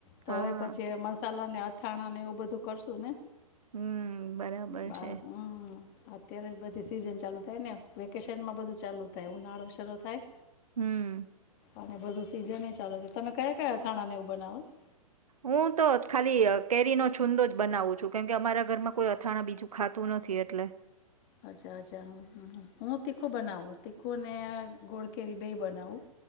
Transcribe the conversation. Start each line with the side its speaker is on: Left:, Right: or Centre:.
Left: તો
Right: હા
Left: હવે પછી એ મસાલા ને અથાણા ને એવું બધું કરશું ને?
Right: હમ્મ બરાબર
Left: બાર
Right: છે.
Left: હમ અત્યારે જ બધી સીઝન ચાલુ થાય ને વેકેશનમાં બધું ચાલુ તઈ ઉનાળું શરૂ થાય.
Right: હમ્મ.
Left: અને બધું સીઝન એ ચાલુ છે. તમે કયા કયા અથાણા ને એવું બનાવો સો.
Right: હું તો ખાલી કેરીનો છુંંદો જ બનાવું છું કેમકે અમારા ઘરમાં કોઈ અથાણા બીજું ખાતું નથી એટલે.
Left: અચ્છા અચ્છા હું તીખું બનાવું તીખું ને ગોળ કેરી બે બનાવું.